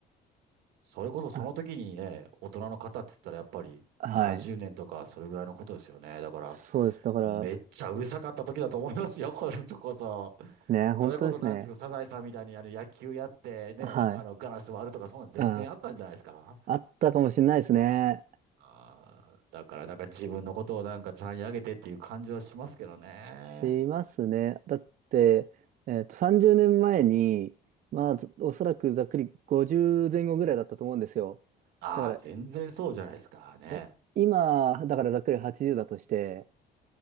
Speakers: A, on the right (about 80°); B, on the right (about 50°).
A: それこそその時にね、
B: あ、
A: 大人の方って言ったらやっぱり70年とかそれぐらいのことですよね。
B: はい。
A: だから、
B: そうです。だから、
A: めっちゃうるさかった時だと思いますよ、<laughs> これこそ。
B: ね、本当ですね。
A: それこそなんつうか、サザエさんみたいにあの野球やってね、
B: はい。
A: あのガラス割るとかそんなの絶対あったんじゃないですか。
B: うん。あったかもしれないですね。
A: あーだからなんか自分のことをなんか棚に上げてっていう感じはしますけどね。
B: しますね。だって、えっと、30年前に、まあ、ずおそらくざっくり50前後ぐらいだったと思うんですよ。
A: ああ、
B: だか
A: 全然そうじゃないですかね。
B: ら、え、今、だからざっくり80だとして、